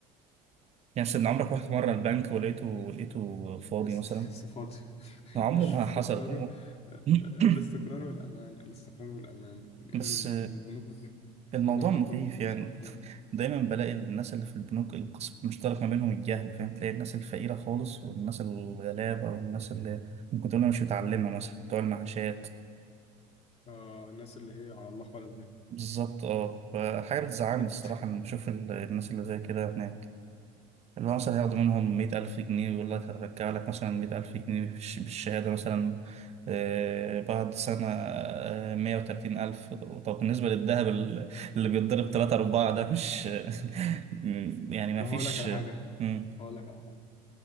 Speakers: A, on the right (about 40°); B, on the left (about 35°).
A: يعني مثلا عمرك رحت مرة البنك ولقيته لقيته فاضي
B: است-
A: مثلا؟
B: صفاتي <laughs>
A: أنا
B: الاستقرار
A: عمري ما حصلت <clears throat>
B: الاستقرار والأمان الاستقرار والأمان لأن
A: بس
B: ال- البنوك بتجمع
A: الموضوع
B: بتجمع
A: مخيف
B: كل الفلوس
A: يعني
B: حرفيا
A: <laughs> دايما بلاقي الناس اللي في البنوك القسم المشترك ما بينهم الجهل فاهم تلاقي الناس الفقيرة خالص والناس الغلابة والناس اللي ممكن تقول أنا مش متعلمة مثلا بتوع المعاشات
B: آه الناس اللي هي على الله خالص دي
A: بالظبط اه فحاجة بتزعلني
B: شت.
A: الصراحة إن بشوف ال- الناس اللي زي كده هناك اللي هو مثلا هياخدوا منهم مية ألف جنيه ويقول لك هرجع لك مثلا مية ألف جنيه بالش- بالشهادة مثلا آه، بعد سنة آه، مية وتلاتين ألف طب بالنسبة للذهب ال- اللي بيتضرب تلاتة أربعة ده مش <laughs> يعني ما
B: ما
A: فيش
B: هقول لك على حاجة
A: مم.
B: هقول لك على حاجة